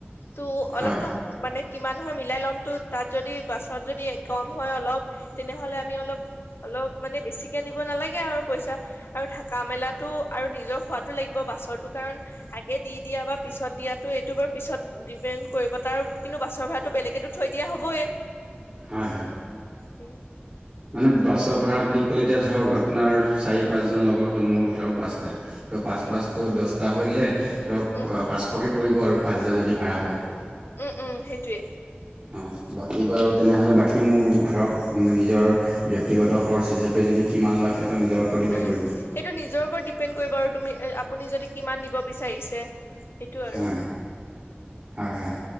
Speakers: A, on the left; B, on the right.
A: ত'
B: হয়
A: অলপতো মানে কিমান হয় মিলাই লমটো, তাত যদি পাছত যদি হয় অলপ, তেনেহ'লে আমি অলপ অলপ মানে বেছিকে নিব নেলাগে আৰু পইচা। আৰু থাকা মেলাতো আৰু নিজৰ খোৱাতো লাগিব, বাছৰটো কাৰণ আগে দি দিয়া বা পিছত দিয়াতো এইটো বাৰু পিছত ডিপেণ্ড কৰিব তাৰ কিন্তু বাছৰ ভাড়াটো বেলেগকে থৈ দিয়া হ'বই।
B: হয়, হয়।
A: ছে।
B: মানে বাছৰ ভাড়া বুলি ক'লে এতিয়া ধৰক আপোনাৰ চাৰি পাঁচজন লগৰ হ'ল, মোৰ ধৰক পাঁচটা ত' পাঁচ
A: উম
B: পাঁচটো দছটা হৈ গ'লে ধৰক
A: উম
B: পাঁচশকৈ পৰিব আৰু পাঁচ হেজাৰ যদি ভাড়া হয়?
A: উম, উম সেইটোৱেই।
B: হয়, বাকী বাৰু তেনেহ'লে বাকী মোৰ ধৰক নিজৰ ব্যক্তিগত খৰচ হিচাপে যদি কিমান লয় সিহঁতৰ নিজৰ ওপৰত ডিপেণ্ড
A: উম
B: কৰিব।
A: সেইটো নিজৰ ওপৰত ডিপেণ্ড কৰিব তুমি আপুনি যদি কিমান নিব বিচাৰিছে। সেইটো আৰু।
B: হয় হয় হয়